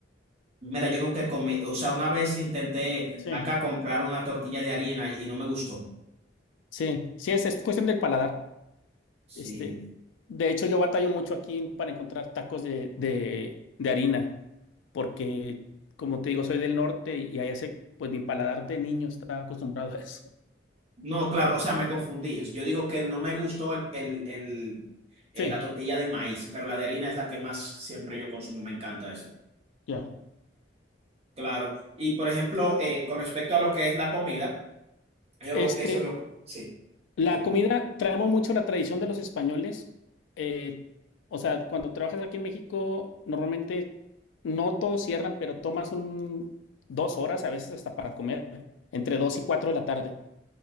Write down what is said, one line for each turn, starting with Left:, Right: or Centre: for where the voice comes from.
Right: Mira, yo nunca comí, o sea, una vez intenté
Left: Sí,
Right: acá comprar una tortilla de harina y no me gustó.
Left: sí, sí, es, es cuestión del paladar.
Right: Sí,
Left: Este, de hecho, yo batallo mucho aquí para encontrar tacos de, de, de harina, porque como te digo, soy del norte y, y ahí hace, pues mi paladar de niño está acostumbrado a eso.
Right: No, claro, o sea, me confundí. Yo digo que no me gustó el, el- el- eh,
Left: Sí,
Right: la tortilla de maíz, pero la de harina es la que más siempre yo consumo, me encanta eso.
Left: ya.
Right: Claro, y por ejemplo, eh, con respecto a lo que es la comida, yo
Left: Este,
Right: veo que eso es lo... Sí,
Left: la
Right: dime.
Left: comida, traemos mucho la tradición de los españoles. eh, o sea, cuando trabajas aquí en México, normalmente no todos cierran, pero tomas un, dos horas, a veces hasta para comer, entre dos y cuatro de la tarde.